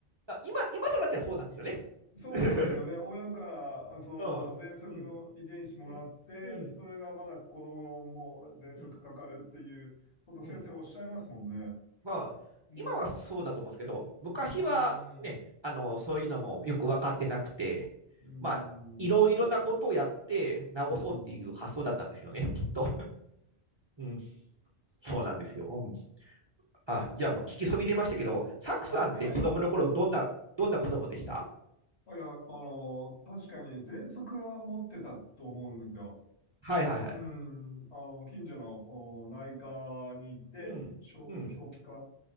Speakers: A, on the right; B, on the left.
A: だ今、今となってはそうなんですよね。
B: そうですよね。
A: <laughs>
B: 親から、その、
A: うん、
B: 喘息の遺伝子もらって、
A: うん、うん、うん、
B: それがまだ子供も喘息かかるっていうこと、
A: うん、
B: 先生おっしゃいますもんね。
A: うん。まあ、
B: うん。
A: 今はそうだと思うんですけど、昔はね、
B: うーん。
A: あの、そういうのもよく分かってなくて、
B: うーん。
A: まあ、いろいろなことをやって治そうっていう発想だったんですよね、
B: うん、うん、うん。
A: きっと。うん、そうなんですよ。うんあ、じゃあもう聞きそびれましたけど、サクさんって子供の頃どんな、
B: はい、はい。
A: どんな子供でした
B: いや、あの、確かに喘息は持ってたと思うんですよ。
A: はいはいはい。
B: うん、あの、近所のお内科に行って、
A: うん、
B: 小、
A: うん、
B: 小児科、